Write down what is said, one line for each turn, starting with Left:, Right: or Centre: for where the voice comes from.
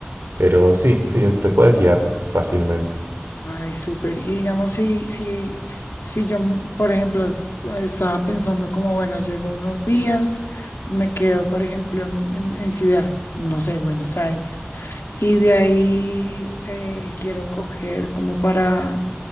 Right: Pero sí, sí, te puedes guiar fácilmente.
Left: Ay, súper. Y digamos, si, si, si yo, mm, por ejemplo, estaba pensando como, bueno, llego unos días, me quedo, por ejemplo, en, en- en ciudad, no sé, Buenos Aires, y de ahí eh, quiero coger como para,